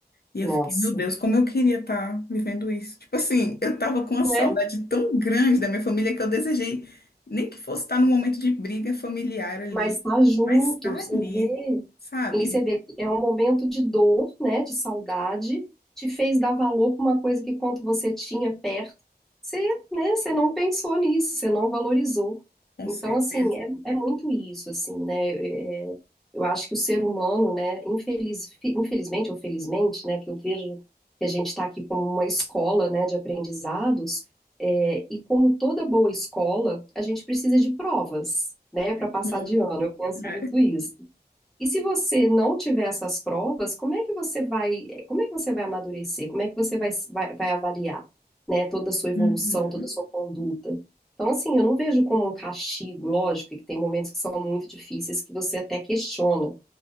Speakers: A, on the left; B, in the centre.
A: E eu
B: nossa,
A: fiquei, meu Deus, como eu queria estar vivendo isso. Tipo assim, eu tava com uma saudade
B: né?
A: tão grande da minha família que eu desejei, nem que fosse estar num momento de briga familiar ali,
B: Mas tá junto,
A: mas tá
B: você
A: ali,
B: vê,
A: sabe?
B: e você vê que é um momento de dor, né, de saudade, te fez dar valor para uma coisa que quando você tinha perto, você, né, você não pensou nisso, você não valorizou.
A: Com
B: Então,
A: certeza.
B: assim, é, é muito isso, assim, né, é, eu acho que o ser humano, né, infeliz, fi- infelizmente ou felizmente, né, que eu vejo que a gente está aqui como uma escola, né, de aprendizados, é, e como toda boa escola, a gente precisa de provas, né, para passar
A: Hum,
B: de ano. Eu penso
A: é.
B: muito isso. E se você não tiver essas provas, como é que você vai, eh, como é que você vai amadurecer? Como é que você vai, vai, vai avaliar, né, toda a sua evolução,
A: Uhum.
B: toda a sua conduta? Então, assim, eu não vejo como um castigo, lógico, que tem momentos que são muito difíceis que você até questiona.